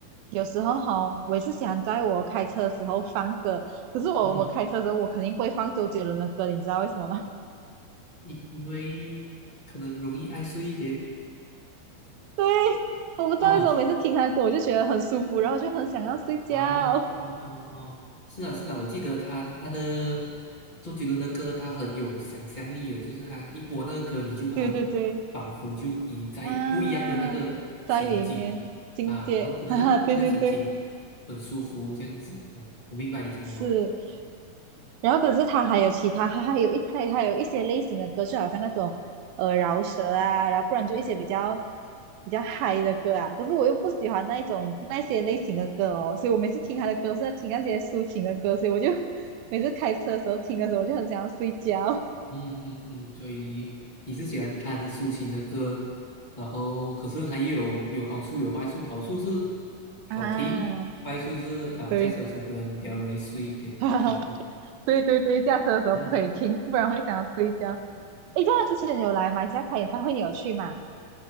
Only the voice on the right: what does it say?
有时候哈，我也是想在我开车的时候放歌。可是我我开车的时候，
我肯定不会放周杰伦的歌，你知道为什么吗？
<laughs> 对，我不知道为什么每次听他的歌，
我就觉得很舒服，然后就很想要睡觉。
<laughs> 对对对，啊，在里面境界，
<laughs> 哈哈，对对对，
是。然后可是他还有其他，他还有一它还有一些类型的歌，就好像那种呃饶舌啊，然后不然就一些比较比较嗨的歌啊。可是我又不喜欢那一种那些类型的歌哦，所以我每次听他的歌是在听那些抒情的歌，所以我就每次开车的时候听的时候，我就很想要睡觉。
<laughs> 啊，
对，<laughs> 对对对，驾车的时候不可以听，
不然会想要睡觉。<laughs> 诶，这样之前有来马来西亚开演唱会，你有去吗？